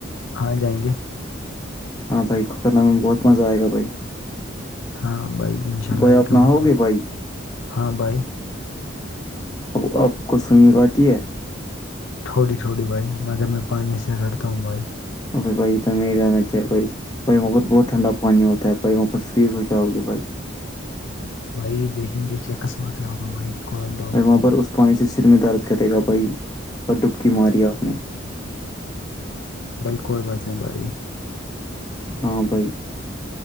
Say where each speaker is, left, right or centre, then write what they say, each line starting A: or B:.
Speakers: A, on the left (about 70°); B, on the left (about 20°).
A: ہاں جائیں گے
B: ہاں بھائی کھک کرنا میں بہت مزہ آئے گا بھائی
A: ہاں بھائی ان شاء اللہ
B: بھائی آپ
A: ایک کا
B: نہاؤ
A: مذہب
B: گے
A: ہے
B: بھائی
A: ہاں بھائی
B: اب آپ کو سو مگاتتی ہے
A: تھوڑی تھھوڑی بھائی مگر میں پانی سے رٹتا ہوں بھائی
B: اپ بئی تاچ بئی بھائی وہاں پر بہت ٹھنڈ پانی ہوتا ہے بائی وہاں پر فریز ہو جاگی بھائی
A: بھائی دیکھیں گے کیا قسمت ہے آگا بھائی کوئی ڈونٹ
B: ب
A: وری
B: وہاں
A: بھائی
B: پر اس پانی سے سر میں درد کرے گا بھائی اور ڈبکی ماری آپ نے
A: بھائی کوئی بات نہیں بھائی
B: ہاں بھائی